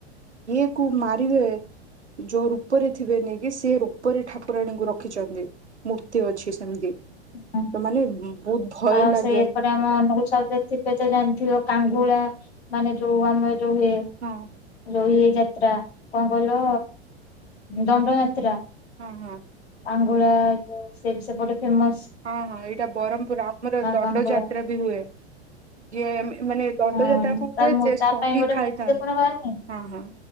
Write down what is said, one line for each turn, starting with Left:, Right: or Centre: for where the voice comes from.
Right: ଇଏ କୋଉ ମାରିବେ ଯୋଉ ରୂପରେ ଥିବେ ନେଇକି ସେ ରୂପରେ ଠାକୁରାଣୀଙ୍କୁ ରଖିଛନ୍ତି ମୂର୍ତ୍ତି ଅଛି ସେମତି।
Left: ହଁ।
Right: ତ ମାନେ ବହୁତ ଭୟ
Left: ଆଉ
Right: ଲାଗେ
Left: ସେ ଏପଟେ <unintelligible> ଜାଣିଥିବ କାଙ୍ଗୁଳା ମାନେ ଯୋଉ ଆମର ଯୋଉ ହୁଏ
Right: ହଁ
Left: ଯୋଉ ଇଏ ଯାତ୍ରା କଣ କହିଲ ଦଣ୍ଡ ଯାତ୍ରା
Right: ହଁ ହଁ।
Left: ଆଙ୍ଗୁଳା ସେ ସେପଟେ ଫେମସ
Right: ହଁ ହଁ ଏଇଟା ବରହମପୁର ଆମର
Left: ମା
Right: ଦଣ୍ଡ
Left: କାଙ୍ଗୁଳା
Right: ଯାତ୍ରା ବି ହୁଏ। ଯିଏ ମାନେ ଦଣ୍ଡଯାତ୍ରା
Left: ହଁ
Right: କରେ
Left: ତା
Right: ଯେ
Left: ତା
Right: ସହି
Left: ପାଇଁ ଗୋଟେ
Right: ଖାଇଥାଏ
Left: ମୁଭି ଦେଖୁନ ବାହାରିନି
Right: ହଁ ହଁ।